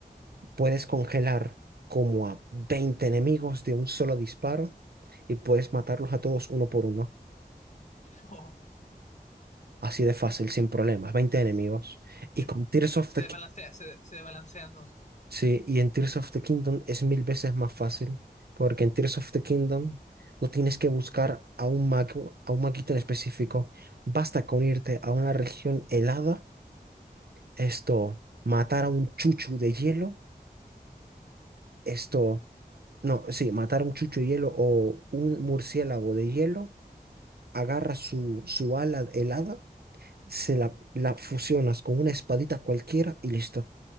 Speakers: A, on the right (about 75°); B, on the left (about 45°).
A: puedes congelar como a 20 enemigos de un solo disparo y puedes matarlos a todos uno por uno.
B: <laughs> Oh,
A: Así de fácil, sin problemas, 20 enemigos. Y
B: sí,
A: con
B: po.
A: Tears of
B: Se
A: the
B: desbalancea, se, se desbalancea entonces.
A: Sí, y en Tears of the Kingdom es mil veces más fácil, porque en Tears of the Kingdom no tienes que buscar a un mago, a un maguito en específico. Basta con irte a una región helada, esto, matar a un chuchu de hielo, esto, no, sí, matar a un chuchu de hielo o un murciélago de hielo, agarras su, su ala helada, se la, la fusionas con una espadita cualquiera y listo.